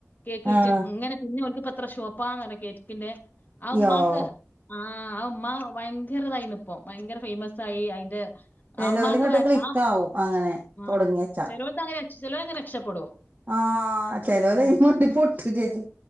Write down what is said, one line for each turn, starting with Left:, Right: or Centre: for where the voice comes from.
Left: കേക്ക് വിറ്റ്
Right: ആഹ്
Left: അങ്ങനെ പിന്നെ എത്ര ഷോപ്പാന്ന കേറ്റിക്കിന്റെ ആ ഉമ്മാക്ക്
Right: യോ
Left: ആഹ് ഉ്മ്മ ഭയങ്കരതായിരുന്നു ഇപ്പൊ ഭയങ്കര ഫേമസ ആയി അതിന്റെ
Right: ചെലോല്
Left: അമ്മാക്ക്
Right: ഇങ്ങട്ട് ക്ലിക്കാവും
Left: ആ
Right: അങ്ങനെ
Left: ആ
Right: തൊടങ്ങിയച്ചാ
Left: ചിലോൾക്ക് അങ്ങനെ ര ചിലര അങ്ങനെ രക്ഷപ്പെടും
Right: ആഹ ചേിലര്
Left: ആ
Right: അതിന്മേ പൊട്ടു ചേച്ചു